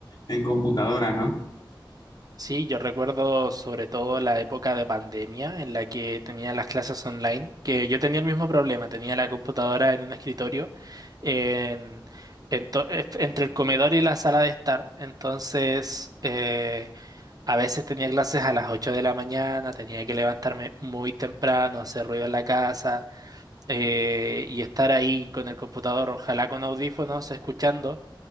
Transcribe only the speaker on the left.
en computadora, ¿no?